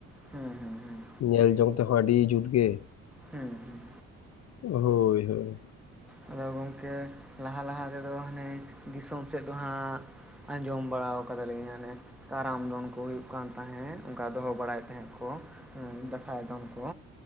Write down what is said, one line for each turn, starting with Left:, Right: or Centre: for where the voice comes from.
Centre: ᱦᱩᱸ ᱦᱩᱸ ᱦᱩᱸ
Left: ᱧᱮᱞ ᱡᱚᱝ ᱛᱮᱦᱚᱸ ᱟᱹᱰᱤ ᱡᱩᱛ ᱜᱮ
Centre: ᱦᱩᱸ ᱦᱩᱸ
Left: ᱦᱳᱭ ᱦᱳᱭ
Centre: ᱟᱫᱚ ᱜᱚᱝᱠᱮ ᱞᱟᱦᱟ ᱞᱟᱦᱟ ᱛᱮᱫᱚ ᱦᱟᱱᱮ ᱫᱤᱥᱚᱢ ᱥᱮᱫ ᱫᱚ ᱦᱟᱸᱜ ᱟᱸᱡᱚᱢ ᱵᱟᱲᱟᱣ ᱠᱟᱫᱟ ᱞᱤᱧ ᱦᱟᱱᱮ ᱠᱟᱨᱟᱢ ᱫᱚᱱ ᱠᱚ ᱦᱩᱭᱩᱜ ᱠᱟᱱ ᱛᱟᱦᱮᱸᱫ ᱚᱝᱠᱟ ᱫᱚ ᱵᱟᱲᱟᱭ ᱛᱟᱦᱮᱸᱫ ᱠᱚ ᱦᱩᱸ ᱫᱟᱸᱥᱟᱭ ᱫᱚᱱ ᱠᱚ